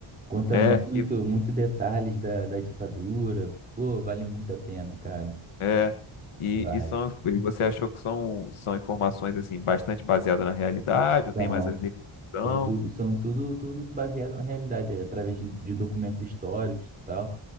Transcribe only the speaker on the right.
Conta
muito,
muito detalhes da, da ditadura. Pô, vale muito a pena, cara.
Vale.
São,
são tudo, são tudo, tudo baseado na realidade, é através de, de documentos históricos e tal.